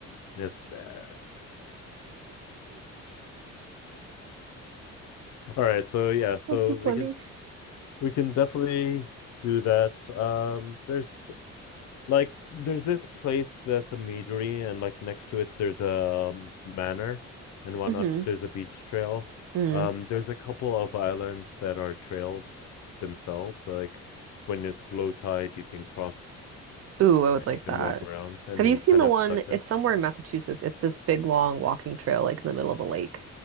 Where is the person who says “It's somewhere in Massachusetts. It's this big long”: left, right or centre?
Right